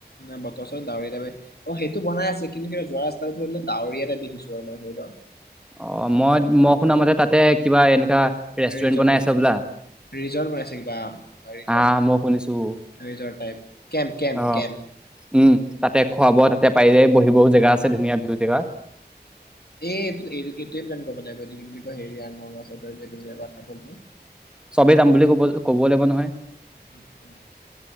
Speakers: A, on the left; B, in the centre.
A: নাই বতৰ চৰত ডাৱৰ টাইপে অ সেইটো বনাই আছে কিন্তু যোৱা ৰাস্তটো ধৰি লোৱাক ডাৱৰীয়া টাইপ দেখিছো আৰু মে ধৰি লোৱা
B: অহ মই মই শুন মতে তাতে কিবা এনেকা ৰেষ্টুৰেণ্ট
A: ৰিজৰ্ট
B: বনাই
A: বনাইছে
B: আছ বোলা
A: ৰিজৰ্ট বনাইছে কিবা এনেকুৱা ৰিজৰ্ট
B: আহ মই শুনিছো
A: ৰিজৰ্ট টাইপ কেম্প কেম্প
B: অ
A: কেম্প
B: উম তাতে খুৱা বোৱাও তাতে পাই যায় বহিবও জেগা আছে ধুনীয়া বিহু জেগা
A: এই এই এই এইটোৱে প্লেন কৰিব লাগিব কি বুলি কয় হেৰি নগাঁও চাইটৰ যোটাৰ
B: চবেই যাম বুলি ক'ব ক'ব লাগিব নহয়
A: উম, উম,